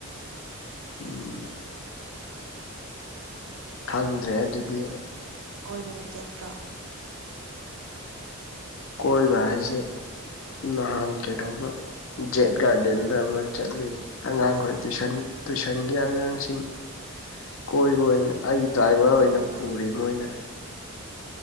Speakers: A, on the left (about 60°); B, on the right (about 65°).
A: ꯎꯝ ꯈꯪꯗ꯭ꯔꯦ ꯑꯗꯨꯗꯤ
B: ꯀꯣꯏꯕꯒ ꯆꯠꯇ꯭ꯔꯣ
A: ꯀꯣꯏꯕ ꯍꯥꯏꯁꯦ ꯅꯍꯥꯟ ꯀꯩꯗꯧꯕ ꯖꯦꯠ ꯒꯥꯔꯗꯦꯟꯗ ꯑꯃ ꯆꯠꯂꯨꯏ ꯑꯉꯥꯡꯈꯣꯏ ꯇꯨꯏꯁꯟ ꯇꯨꯏꯁꯟꯒꯤ ꯑꯉꯥꯡꯁꯤꯡ ꯀꯣꯏꯕ ꯑꯣꯏꯅ ꯑꯩ ꯗ꯭ꯔꯥꯏꯚꯔ
B: ꯑꯣ
A: ꯑꯣꯏꯅ
B: ꯑꯣ ꯅꯪ
A: ꯄꯨꯔꯦ ꯃꯣꯏꯅ